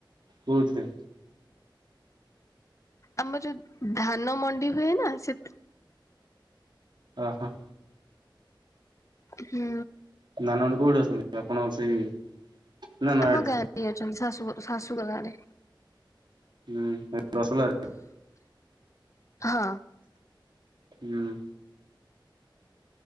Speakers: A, on the right; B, on the left.
A: କଉ ଥିରେ।
B: ଆମର ଯୋଉ ଧାନ ମଣ୍ଡି ହୁଏ ନା ସେ
A: ହଁ ହଁ।
B: ହୁଁ।
A: <unintelligible> ଆପଣଙ୍କ ର ସେଇ ନା ନୟାଗଡ଼ରେ
B: ଆମ ଗାଁରେ ଯିଏ ଅଛନ୍ତି ଶାଶୁ ଶାଶୁଙ୍କ ଗାଁରେ।
A: <unintelligible>
B: ହଁ।
A: ହୁଁ।